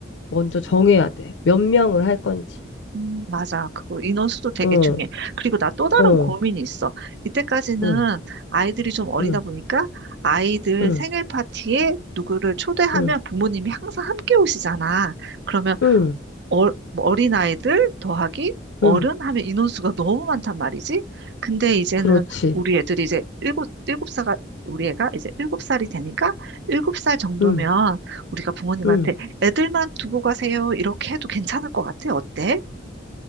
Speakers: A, on the left; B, on the right.
A: 먼저 정해야 돼. 몇 명을 할 건지.
B: 음, 맞아. 그 인원수도 되게
A: 어,
B: 중요해. 그리고 나 또 다른
A: 어,
B: 고민이 있어. 이때까지는
A: 응,
B: 아이들이 좀 어리다
A: 응,
B: 보니까 아이들
A: 응,
B: 생일 파티에 누구를 초대하면
A: 응,
B: 부모님이 항상 함께 오시잖아. 그러면
A: 응,
B: 어, 뭐 어린아이들 더하기 어른
A: 응.
B: 하면 인원수가 너무 많단 말이지. 근데 이제는
A: 그렇지.
B: 우리 애들이 이제 일곱, 일곱 살, 우리 애가 이제 일곱 살이 되니까 일곱 살 정도면
A: 응,
B: 우리가 부모님한테
A: 응.
B: 애들만 두고 가세요. 이렇게 해도 괜찮을 것 같아. 어때?